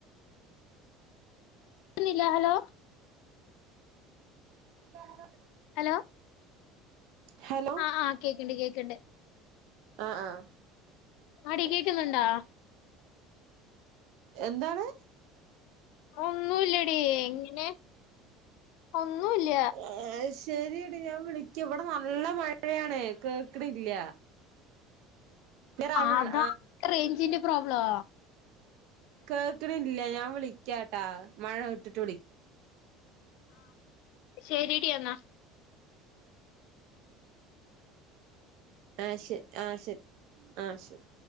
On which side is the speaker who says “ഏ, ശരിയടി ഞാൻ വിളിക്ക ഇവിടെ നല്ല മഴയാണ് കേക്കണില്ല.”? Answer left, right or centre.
Right